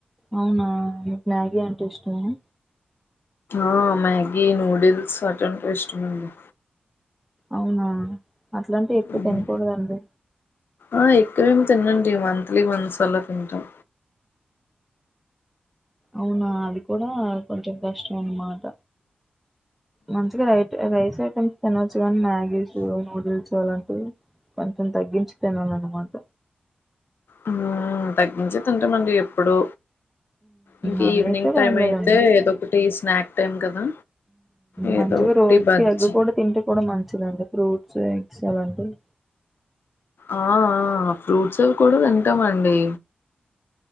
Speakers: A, in the centre; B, on the left (about 65°).
A: అవునా మ్యాగీ అంటే ఇష్టమా
B: ఆ మ్యాగీ నూడిల్స్ అటుంటే ఇష్టమండి
A: అవునా అట్లాంటిే ఎక్కువ
B: ఉమ్
A: తినకూడదండి
B: ఆ ఎక్కువేమి తిినండి మంత్లీ వన్స్ అలా తింటం
A: అవునా అది కూడా ఆ కొంచెం కష్టం అన్న మాట మంచిగా రైట్ రై సేక తినొచ్చు కానీ మ్యాగీస్ నూడిల్స్ అలాంటివి కొంచెం తగ్గించి తినాలన్నమాట
B: ఉమ్ తగ్గించే తింటామండి ఎప్పుడు ఇంక
A: అన
B: ఈవినింగ్
A: అయితే బగలేదండి
B: టైం అయితే ఏదో ఒకటి స్నాక్ టైం కదా ఏదో
A: మంచిగా
B: ఒకటి
A: రోజుకి
B: బజ్జి
A: ఎగ్గు కూడా తింటే కూడా మంచిదండి ఫ్రూట్స్ ఎగ్స్ ఎలాంటివి
B: ఆ ఆ ఫ్రూట్స్ ఇవి కూడా తింటాం అండి